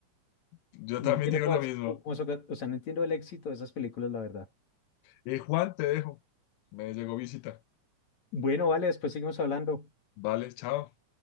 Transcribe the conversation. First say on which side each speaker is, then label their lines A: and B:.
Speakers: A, on the left; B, on the left.
A: Yo
B: no
A: también
B: entiendo
A: digo lo mismo.
B: cómo, cómo saca- o sea, no entiendo el éxito de esas películas, la verdad.
A: Y Juan, te dejo. Me llegó visita.
B: Bueno, vale, después seguimos hablando.
A: Vale, chao.